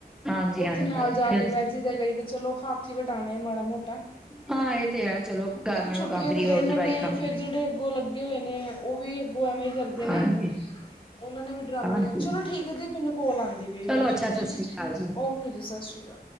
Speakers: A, in the centre; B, on the left.
A: ਹਾਂਜੀ
B: ਉੱਥੇ
A: ਹਾਂਜੀ
B: ਨਾਲ ਜਾ ਕੇ ਬਹਿ ਜ ਦਾ ਐ, ਕਈ ਦਾ ਤੇ ਚਲੋ ਹੱਥ ਹੀ ਵਟਾਉਣਾ ਮਾੜਾ ਮੋਟਾ
A: ਹਾਂ ਇਹ ਤੇ ਹੈ ਚਲੋ ਘਰ ਨਾਲੋਂ
B: ਛੁੱਟੀਆਂ
A: ਕੰਮ ਫਰੀ
B: ਦੇ ਦਿਨ
A: ਹੋਇਆ ਉਧਰ ਬਾਈ
B: ਨੇ,
A: ਕੰਮ
B: ਫਿਰ ਜਿਹੜੇ ਅੱਗੋਂ ਲੱਗੇ ਹੋਏ ਨੇ, ਉਹ ਵੀ ਅੱਗੋਂ ਐਵੇਂ ਕਰਦੇ ਨੇ।
A: ਹਾਂਜੀ
B: ਉਹਨਾਂ ਨੇ ਵੀ ਡਰਾਮੇ,
A: ਹਾਂਜੀ
B: ਚਲੋ ਠੀਕ ਹੈ ਦੀ ਮੈਨੂੰ ਕੋਲ ਆਉਂਦੀ ਪ ਈ
A: ਚਲੋ
B: ਵਿਚ
A: ਅੱਛਾ
B: ਜੀ
A: ਸਤਿ ਸ੍ਰੀ ਅਕਾਲ
B: ਸਤਿ ਸ਼੍ਰੀ ਅਕਾਲ।